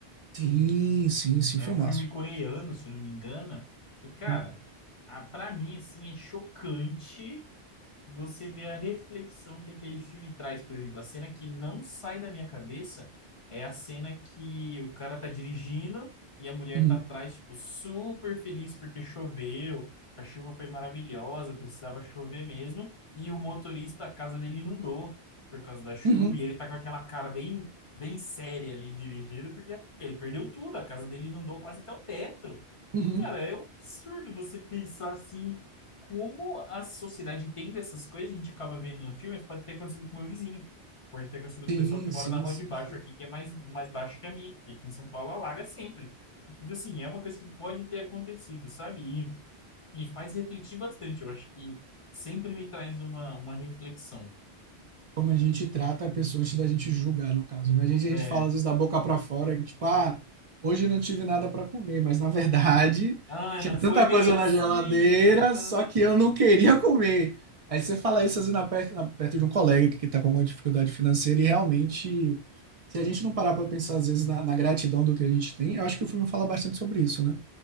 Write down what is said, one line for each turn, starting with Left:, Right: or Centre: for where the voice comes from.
Right: Sim, sim, sim,
Left: é
Right: filmaço,
Left: um filme coreano,
Right: filmaço.
Left: se eu não me engano. E, cara,
Right: Uhum,
Left: a, pra mim, assim, é chocante você vê a reflexão que aquele filme traz. Por exemplo, a cena que não sai da minha cabeça é a cena que o cara tá dirigindo e a mulher
Right: uhum,
Left: tá atrás, tipo, super feliz porque choveu, a chuva foi maravilhosa, precisava chover mesmo, e o motorista, a casa dele inundou por causa da chuva,
Right: uhum,
Left: e ele tá com aquela cara bem, bem séria ali dirigindo, porque ele perdeu tudo, a casa dele inundou quase até o teto.
Right: uhum.
Left: Cara, é um absurdo você pensar assim, como a sociedade entende essas coisas, a gente acaba vendo no filme, isso pode ter acontecido com o meu vizinho, pode ter acontecido com
Right: Sim,
Left: o pessoal que mora
Right: sim,
Left: na rua
Right: sim,
Left: de baixo
Right: sim.
Left: aqui, que é mais, mais baixo que a minha, porque aqui em São Paulo alaga sempre. Então, assim, é uma coisa que pode ter acontecido, sabe? E me faz refletir bastante, eu acho que sempre me traz uma, uma reflexão.
Right: como a gente trata a pessoa antes da gente julgar, no caso, né? A gente, a
Left: É,
Right: gente fala às vezes da boca para fora, que tipo, ah, hoje eu não tive nada para comer, mas na verdade
Left: ah,
Right: <laughs> tinha
Left: não
Right: tanta
Left: foi
Right: coisa
Left: bem assim!
Right: na geladeira,
Left: aham.
Right: só que eu não queria comer. Aí você fala isso às vezes na, perto, na- perto de um colega que está com alguma dificuldade financeira e realmente, se a gente não parar para pensar às vezes na, na gratidão do que a gente tem, eu acho que o filme fala bastante sobre isso, né?